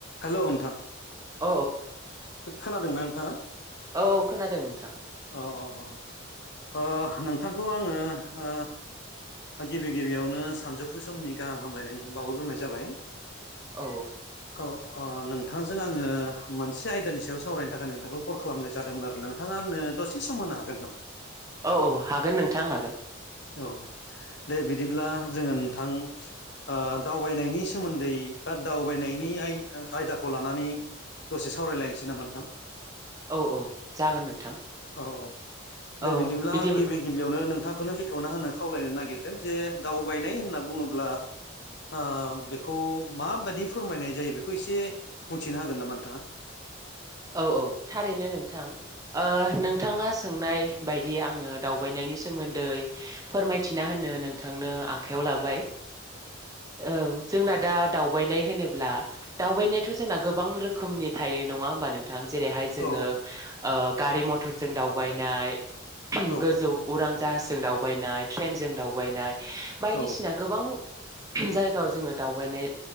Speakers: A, on the left (about 55°); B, on the right (about 15°).
A: हेल' नोंथां।
B: औ
A: खो-खोनादोंना नोंथाङा
B: औ औ खोनादों नोंथां
A: अ अ अ। ओ नोंथांखौ आङो ओ गिबि गिबियावनो सानजौफु समनि गाहाम हामलायनाय बावहरग्रोनाय जाबाय।
B: औ
A: औ अ नों थांजों आङो मोनसे आयदानि सायाव सावरायनो थाखाय नोंथांखौ कल खालामनाय जादोमोन आरो नोंथाङा आंनो दसे सम हो नो हागोन नामा?
B: औ औ हागोन नोंथां हागोन।
A: औ दे बिदिब्ला जोङो नोंथां ओ दावबायनायनि सोमोन्दै बा दावबायनायनि आय-आयदाखौ लानानै दसे सावरायलायनोसै नामा नोंथां?
B: औ औ जागोन नोंथां।
A: औ औ दे
B: औ
A: बिदिब्ला
B: बिदि
A: आं गिबि गिबियावनो नोंथांखोनो बे खेवना होनो खावलायनो नागिरदों जे दावबायनाय होनना बुङोब्ला ओ बेखौ माबायदि फोरमायनाय जायो बेखौ एसे बुंथिना होगोन नामा नोंथाङा? <unintelligible>
B: औ औ थारैनो नोंथां ओ नोंथाङा सोंनाय बायदि आङो दावबायनायनि सोमोन्दै फोरमायथिना होनो नोंथांनो आखाइआव लाबाय। औ जोंना दा दावबायनाय होनोब्ला दावबायनायाथ' जोंना गोबां रोखोमनि थायो नङा होमबा नोंथां? जेरैहाय जोङो
A: औ
B: ओ गारि मथरजों दावबायनाय
A: औ
B: गोजौ उरां जाहासजों दावबायनाय ट्रेनजों दावबायनाय बायदिसिना
A: औ
B: गोबां जायगायाव जोङो दावबायनाय